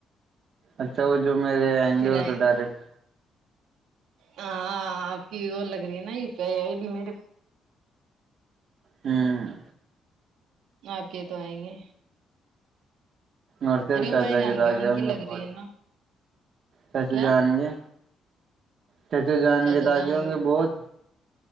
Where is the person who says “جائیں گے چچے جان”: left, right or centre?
Right